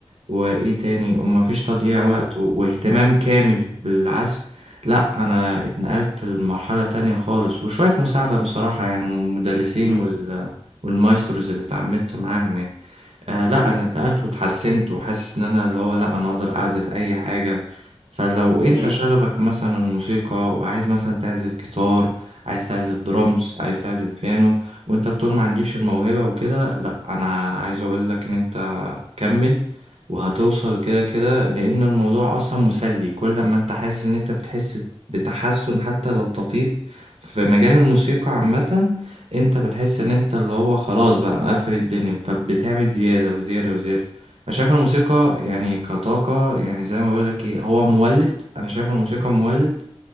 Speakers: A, on the right; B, on the left.
A: وايه تاني ومفيش تضييع
B: مم،
A: وقت و- واهتمام كامل بالعزف لا انا اتنقلت لمرحلة تانية خالص وشوية مساعدة بصراحة يعني من المدرسين
B: مم،
A: وال... والمايستروز اللي اتعاملت معاهم يعني آه لا
B: مم،
A: انا اتنقلت واتحسنت وحاسس ان انا اللي هو لا انا اقدر اعزف اي حاجه فلو انت
B: مم،
A: شغفك مثلا الموسيقى وعايز مثلا تعزف جيتار عايز تعزف درامز عايز تعزف بيانو وانت بتقول ما عنديش الموهبه وكده لا انا عايز اقول لك ان انت كمل وهتوصل كده كده لان الموضوع اصلا مسلي كل ما انت حاسس ان انت بتحس بتحسن حتى لو طفيف في مجال الموسيقى عامه انت بتحس ان انت اللي هو خلاص بقى مقفل الدنيا فبتعمل زيادة وزيادة وزيادة انا شايف الموسيقى يعني كطاقة يعني زي ما بقولك ايه هو مولد انا شايف الموسيقى مولد